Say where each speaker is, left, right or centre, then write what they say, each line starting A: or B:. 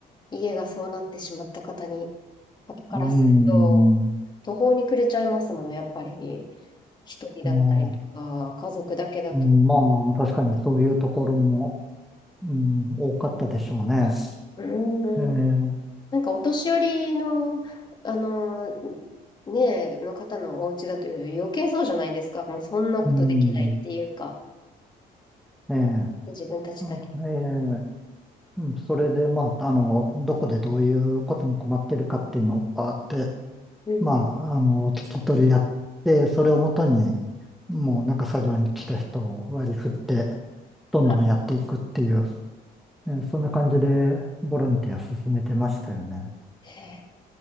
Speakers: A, on the left; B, in the centre.
A: 家がそうなってしまった方に、方からすると、
B: うん、
A: 途方に暮れちゃいますもん、やっぱり。一人だったりとか、
B: まあ
A: 家族だけだと。
B: うんまあ、確かにそういうところも、うん、多かったでしょうね。
A: うん
B: えー、
A: なんかお年寄りの、あの、ねえ、の方のお家だと余計そうじゃないですか。もうそんなことできないっていうか、
B: うん、えー、
A: 自分たちだけ。
B: なんかえーうん、それで、まあ、あの、どこでどういうことに困ってるかっていうのがあって、
A: うん。
B: まあ、あの、聞き取りやって、それをもとに、もうなんか作業に来た人を割り振って、どんどんやっていくっていう、
A: は
B: えーそんな感じでボランティア進めてましたよね。
A: い。へえ